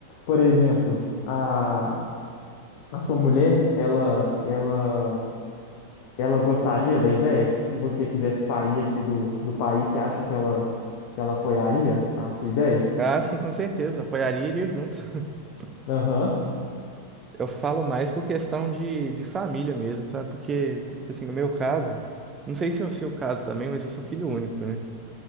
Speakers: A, on the left; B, on the right.
A: por exemplo, a, a sua mulher, ela, ela, ela gostaria da ideia? Tipo, se você quisesse sair aqui do, do país, você acha que ela, que ela apoiaria a sua ideia?
B: Ah, sim, com certeza. Apoiaria e iria junto. <laughs>
A: Aham.
B: Eu falo mais por questão de, de família mesmo, sabe? Porque, tipo assim, no meu caso, não sei se é o seu caso também, mas eu sou filho único, né?